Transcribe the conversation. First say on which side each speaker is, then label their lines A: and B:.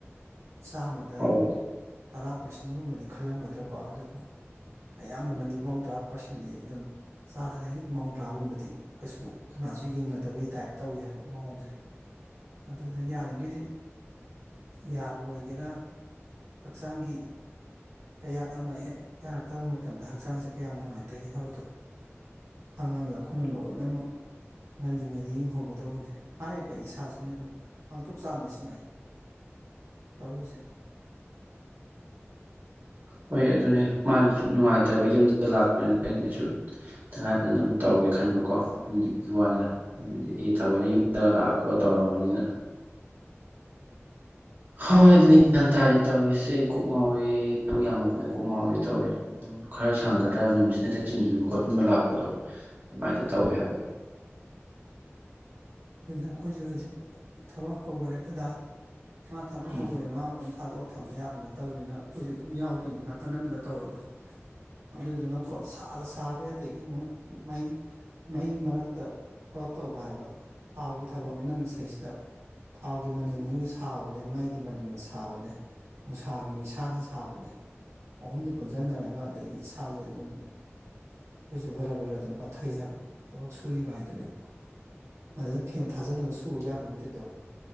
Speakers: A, on the right (about 80°); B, on the right (about 40°).
A: ꯆꯥꯝꯃꯗ
B: ꯍꯧꯕꯗꯤ
A: ꯇꯔꯥ ꯄꯥꯔꯁꯦꯟꯒꯨꯝꯕꯗꯤ ꯈꯜꯂꯝꯒꯗ꯭ꯔꯥꯀꯣ ꯑꯗꯨꯕꯨ ꯑꯌꯥꯝꯕꯅꯗꯤ ꯃꯧꯗ꯭ꯔꯥ ꯄꯥꯔꯁꯟꯗꯤ ꯑꯗꯨꯝ ꯆꯥꯗꯅ ꯃꯧꯗ꯭ꯔꯥꯒꯨꯝꯕꯗꯤ ꯀꯩꯁꯨ ꯀꯅꯥꯁꯨ ꯌꯦꯡꯅꯗꯕꯒꯤ ꯇꯥꯏꯄ ꯇꯧꯋꯦ ꯍꯥꯏꯕ ꯃꯑꯣꯡꯁꯦ ꯑꯗꯨꯅ ꯌꯥꯔꯤꯉꯩꯗꯤ ꯌꯥꯕ ꯑꯣꯏꯒꯦꯔꯥ ꯍꯛꯆꯥꯡꯒꯤ ꯀꯌꯥꯠ ꯑꯃ ꯍꯦꯛ ꯌꯥꯔꯛꯇꯕ ꯃꯇꯝꯗ ꯍꯛꯆꯥꯡꯁꯦ ꯀꯌꯥꯝ ꯅꯨꯡꯉꯥꯏꯇꯒꯦ ꯍꯥꯏꯕꯗꯣ ꯈꯪꯉꯒ ꯑꯩꯈꯣꯏꯅ ꯂꯣꯏꯅꯃꯛ ꯉꯜꯂꯤꯉꯩꯗ ꯌꯦꯡꯍꯧꯒꯗꯧꯕꯅꯤ ꯍꯥꯏꯔꯤꯕ ꯑꯩ ꯏꯁꯥꯁꯨꯅꯦ ꯑꯗꯨꯝ ꯄꯥꯡꯊꯣꯛ ꯆꯥꯝꯃꯤꯁꯤ ꯉꯥꯏ ꯇꯧꯔꯤꯁꯦ
B: ꯍꯣꯏ ꯑꯗꯨꯅꯦ ꯃꯥꯒꯤꯁꯨ ꯅꯨꯡꯉꯥꯏꯇꯕ ꯌꯨꯝꯗ ꯂꯥꯛꯄꯅꯤꯅ ꯑꯩꯅ ꯑꯩꯁꯨ ꯇꯉꯥꯏ ꯐꯗꯅ ꯑꯗꯨꯝ ꯇꯧꯔꯒꯦ ꯈꯟꯕꯀꯣ ꯑꯗꯨꯗꯨꯒꯤ ꯋꯥꯅꯤꯗ ꯍꯥꯏꯕꯗꯤ ꯑꯩꯒꯤ ꯊꯑꯣꯏꯅ ꯌꯨꯝꯗꯒꯥ ꯂꯥꯛꯑ ꯈꯣꯠꯂ ꯇꯧꯔꯝꯃꯕꯅꯤꯅ ꯍꯣꯏ ꯑꯗꯨꯅ
A: ꯑꯗꯨꯅꯤ
B: ꯒ꯭ꯌꯥꯟ ꯇꯥꯗꯦ ꯇꯧꯔꯤꯁꯦ ꯑꯩ ꯀꯣꯛ ꯉꯥꯎꯋꯦ ꯊꯕꯛ ꯌꯥꯝꯃꯟꯗꯅ ꯀꯣꯛ ꯉꯥꯎꯋꯦꯁꯨ ꯇꯧꯋꯦ ꯑꯗꯨꯝ ꯈꯔ ꯁꯪꯒꯗ꯭ꯔꯥꯕ ꯅꯨꯃꯤꯠꯁꯤꯗꯅ ꯍꯦꯛꯇ ꯆꯤꯟꯁꯤꯟꯕ ꯈꯣꯠꯆꯤꯟꯕ ꯂꯥꯛꯄꯗꯣ ꯑꯗꯨꯃꯥꯏꯅ ꯇꯧꯋꯦ ꯍꯥꯏꯕ
A: ꯑꯗꯨꯅ ꯑꯩꯈꯣꯏꯁꯨ ꯍꯧꯖꯤꯛ ꯊꯕꯛ ꯍꯧꯈꯔꯦ ꯑꯩꯈꯣꯏꯗ ꯃꯥ ꯊꯕꯥꯛ
B: ꯎꯝ
A: ꯍꯧꯈꯔꯦ ꯃꯥ ꯃꯇꯣꯝ ꯊꯥꯗꯣꯛꯑꯒ ꯊꯝꯕ ꯌꯥꯕ ꯅꯠꯇꯕꯅꯤꯅ ꯑꯩꯈꯣꯏꯁꯨ ꯑꯗꯨꯝ ꯌꯥꯎꯗꯣꯏꯅꯤ ꯅꯥꯀꯟ ꯑꯃꯗ ꯇꯧꯔꯒ ꯑꯗꯨꯗꯨꯅꯀꯣ ꯁꯥꯒ ꯁꯥꯔꯦ ꯑꯗꯒꯤꯅ ꯃꯩ ꯃꯩ ꯃꯔꯛꯇ ꯊꯕꯛ ꯇꯧꯕ ꯍꯥꯏꯕ ꯊꯥꯎꯕꯒꯤ ꯊꯕꯛꯅꯤꯅ ꯃꯁꯤꯁꯤꯗ ꯊꯥꯎꯒꯤ ꯃꯅꯤꯜ ꯁꯥꯕꯅꯦ ꯃꯩꯒꯤ ꯃꯅꯤꯜꯅ ꯁꯥꯕꯅꯦ ꯅꯨꯡꯁꯥꯒꯤ ꯃꯩꯁꯥꯅ ꯁꯥꯕꯅꯦ ꯑꯍꯨꯝꯗꯨ ꯄꯨꯟꯁꯤꯟꯅꯔꯒ ꯑꯗꯒꯤ ꯏꯁꯥꯁꯦ ꯑꯗꯨꯝ ꯑꯩꯈꯣꯏꯁꯨ ꯕꯔ ꯕꯔ ꯑꯗꯨꯝ ꯄꯠꯊꯩ ꯍꯥꯏꯕ ꯊꯕꯛ ꯁꯨꯔꯤꯕ ꯍꯥꯏꯗꯨꯅꯦꯕ ꯑꯗꯨꯗ ꯐꯦꯟ ꯊꯥꯖꯤꯜꯂꯒ ꯁꯨꯕ ꯌꯥꯕ꯭ꯔꯥ ꯅꯠꯇꯦꯗꯣ